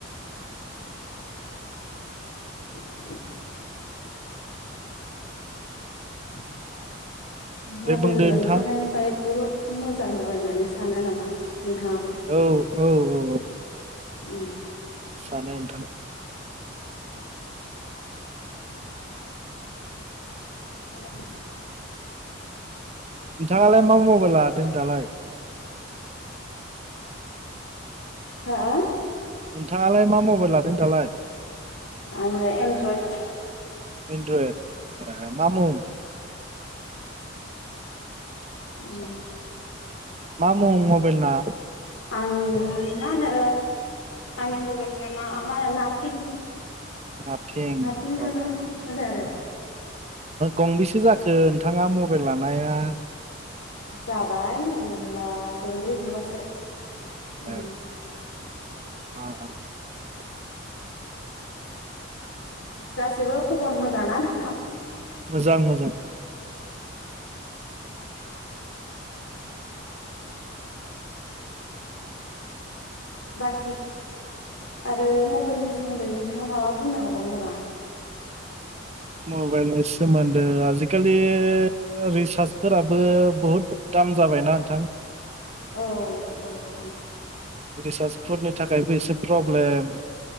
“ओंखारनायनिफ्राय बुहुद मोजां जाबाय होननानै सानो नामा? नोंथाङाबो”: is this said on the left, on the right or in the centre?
Left